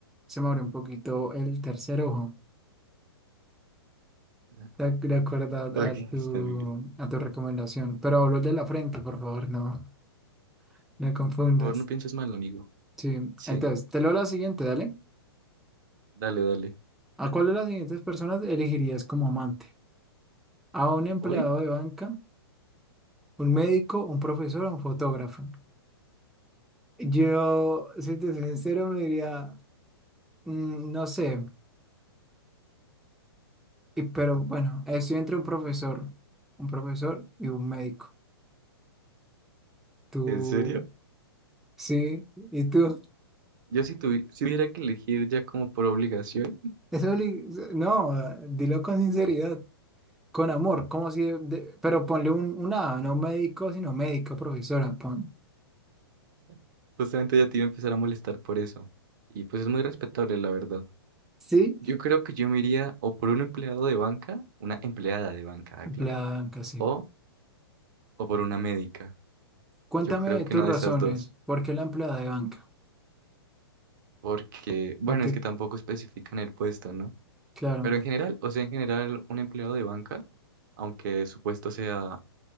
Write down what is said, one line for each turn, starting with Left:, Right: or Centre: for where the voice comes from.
Centre: se me abrió un poquito el tercer ojo,
Right: <laughs>
Centre: de, ac- de acuerdo
Right: Ok,
Centre: a, a tu,
Right: está muy bien.
Centre: a tu recomendación. Pero hablo de la frente, por favor, no, no confundas.
Right: Por favor, no pienses mal, amigo.
Centre: Sí,
Right: Sí,
Centre: entonces, te leo la siguiente, dale.
Right: dale, dale.
Centre: ¿A cuál de las siguientes personas elegirías como amante? ¿A un empleado
Right: ¿Hoy?
Centre: de banca, un médico, un profesor o un fotógrafo? Yo, si te soy sincero, me diría, mm, no sé, y- pero bueno, estoy entre un profesor, un profesor y un médico. ¿Tú?
Right: ¿En serio?
Centre: Sí, ¿y tú?
Right: Yo si tuvi- si tuviera que elegir ya como por obligación,
Centre: eso obli- No, dilo con sinceridad, con amor, como si... de- Pero ponle un, un A, no médico, sino médico, profesora, pon.
Right: <laughs> justamente ya te iba a empezar a molestar por eso. Y pues es muy respetable, la verdad.
Centre: Sí,
Right: Yo creo que yo me iría o por un empleado de banca, una empleada de banca, ah,
Centre: Empleada
Right: claro,
Centre: de banca, sí.
Right: o, o por una médica.
Centre: Cuéntame
Right: Yo creo que
Centre: tus
Right: una
Centre: razones,
Right: de esas dos.
Centre: ¿por qué la empleada de banca?
Right: porque, bueno,
Centre: ¿Para qué?
Right: es que tampoco especifican el puesto, ¿no?
Centre: Claro,
Right: Pero en general, o sea, en general, un empleado de banca, aunque su puesto sea